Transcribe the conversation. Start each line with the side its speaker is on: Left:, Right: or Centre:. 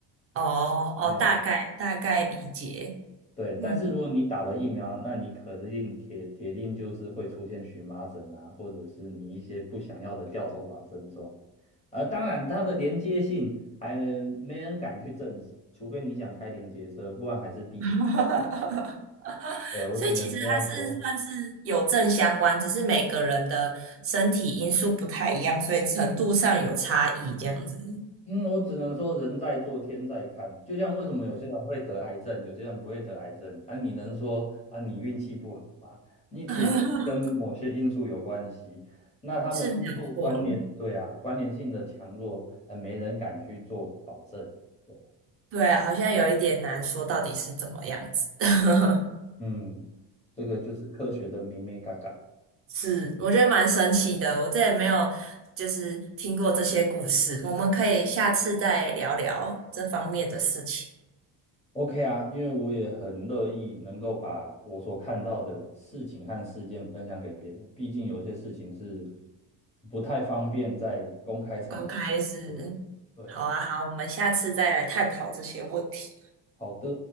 Right: 哦哦，
Left: 哎。
Right: 大概大概理解。
Left: 对，但是如果你打了疫苗，
Right: 嗯，
Left: 那你肯定铁铁定就是会出现荨麻疹啊，或者是你一些不想要的掉头发症状。而当然，它的连接性还没人敢去证实，除非你想开连接车，不然还是闭嘴。
Right: <laughs>
Left: 对，我只能这样说。
Right: 所以其实它是算是有正相关，只是每个人的身体因素不太一样，所以程度上有差异，这样子
Left: 嗯，我只能说人在做天在看，就像为什么有些人会得癌症，有些人不会得癌症啊？你能说啊你运气不好吗？你铁定是跟某些因素有关系，
Right: <laughs>
Left: 那他们因素关联，
Right: 是没有错了。
Left: 对啊，关联性的强弱，呃，没人敢去做保证。对，
Right: 对啊好像有一点难说到底是怎么样子。<laughs>
Left: 嗯，这个就是科学的咩咩嘎嘎。
Right: 是，我觉得蛮神奇的，我这也没有就是听过这些故事。我们可以下次再聊聊这方面的事情。
Left: OK 啊，因为我也很乐意能够把我所看到的事情和事件分享给别人，毕竟有些事情是不太方便在公开场
Right: 刚开始，
Left: 合。对啊，
Right: 好啊，好，我们下次再来探讨这些问题。
Left: 好的。